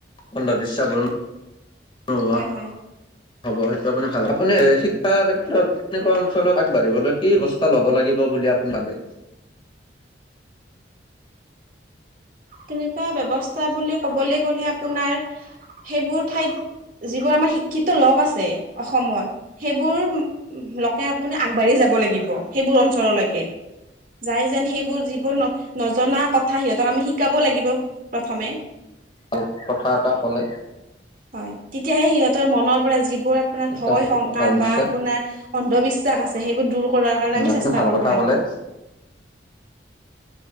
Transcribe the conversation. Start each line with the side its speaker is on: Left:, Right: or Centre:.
Left: অন্ধবিশ্বাস বোৰ নোহোৱা
Right: হয় হয়।
Left: হ'ব সেইটো আপুনি ভাল আপুনি শিক্ষাৰ ক্ষেত্ৰত তেনেকুৱা
Right: হয়।
Left: অঞ্চলত আগবাঢ়িবলৈ কি ব্যৱস্থা ল'ব লাগিব বুলি আপুনি ভাবে?
Right: তেনেকুৱা ব্যৱস্থা বুলি কবলৈ গ'লেহে আপোনাৰ সেইবোৰ ঠাইত যিবোৰ আমাৰ শিক্ষিত লোক আছে অসমত, সেইবোৰ লোকে আপুনি আগবাঢ়ি যায় যাব লাগিব সেইবোৰ অঞ্চললৈকে। যাই যেন সেইবোৰ যিবোৰ ন নজনা কথা সিহঁতক আমি শিকাব লাগিব। প্ৰথমে
Left: ভাল কথা এটা ক'লে।
Right: হয় তেতিয়াহে সিহঁতৰ মনৰ পৰা যিবোৰ আপোনাৰ
Left: শিক্ষা
Right: ভয়
Left: পাতিব
Right: শংকা
Left: হয় নিশ্চয়
Right: বা আপোনাৰ অন্ধবিশ্বাস আছে সেইবোৰ দূৰ কৰাৰ কাৰণে
Left: উম,
Right: আমি
Left: আপুনি
Right: চেষ্টা
Left: ভাল
Right: কৰিব
Left: কথা
Right: লাগিব।
Left: ক'লে।